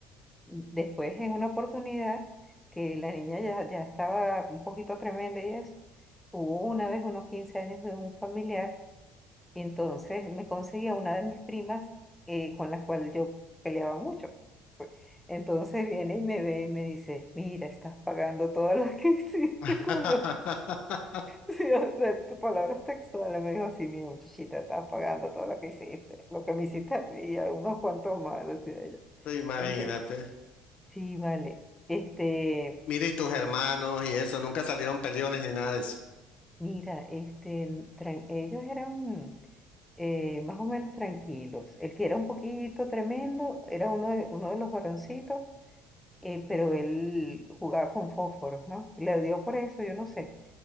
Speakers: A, in the centre; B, on the left (about 60°).
A: después en una oportunidad que la niña ya, ya estaba un poquito tremenda y eso, hubo una vez unos 15 años de un familiar Y entonces me conseguía una de mis primas eh, con la cual yo peleaba mucho. pues. Entonces viene y me ve y me dice, mira, estás pagando todas las que <laughs> hiciste
B: <laughs>
A: con los... <laughs> Sí, o sea, tu palabra textual. Me dijo, sí, mira, muchachita, estás pagando todo lo que hiciste, lo que me hiciste a mí y a unos cuantos más, decía ella.
B: Imagínate.
A: Entonces, sí, vale. Este,
B: Mira, y tus hermanos y eso, nunca salieron peleones ni nada de eso.
A: mira, este, tran- ellos eran... eh, más o menos tranquilos. El que era un poquito tremendo era uno de, uno de los varoncitos, eh, pero él jugaba con fósforos, ¿no? Le dio por eso, yo no sé.